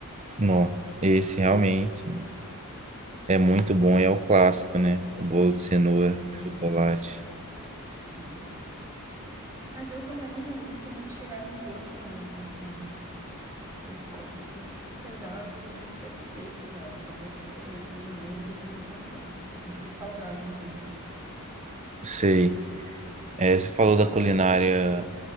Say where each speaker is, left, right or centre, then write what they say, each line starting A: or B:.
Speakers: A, on the right (about 30°); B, on the right (about 15°).
A: Não, esse realmente é muito bom e é o clássico, né? O bolo de cenoura,
B: Sim,
A: chocolate.
B: Sim. Mas eu também não, não sou muito chegada em doce, não. Assim, eu como um pedaço e já fico satisfeita já. Só vou comer de novo depois de um tempão. Eu prefiro salgado também.
A: Sei. É, você falou da culinária